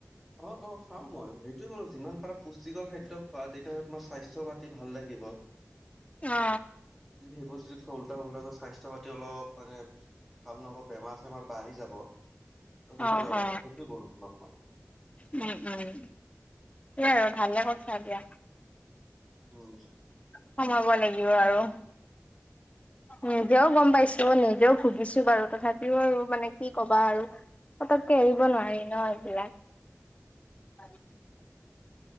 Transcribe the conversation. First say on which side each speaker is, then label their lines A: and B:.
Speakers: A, in the centre; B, on the left.
A: অঁ অঁ খাও মই সেইটোয়ে কলো যিমান পাৰা পুষ্টিকৰ খাদ্য খোৱা তেতিয়াহ'লে তোমাৰ স্বাস্থ্য পাতি ভাল লাগিব।
B: অ
A: সেইবোৰ যদি খোৱা উল্টা উল্টা ত' স্বাস্থ্য পাতি অলপ মানে ভাল নহ'ব বেমাৰ চেমাৰ বাঢ়ি যাব। ত সেইটোয়ে
B: অ
A: আৰু
B: অ
A: সেইটোয়ে কলো তোমাক মই।
B: উম উম সেই আৰু ভালে কৈছা দিয়া।
A: উম।
B: সোমাব লাগিব আৰু।
A: <inaudible>
B: নিজেও গ'ম পাইছো নিজেও ভুগিছো বাৰু তথাপিও আৰু মানে কি কবা আৰু। পতককে এৰিব নোৱাৰি ন এইবিলাক। <inaudible>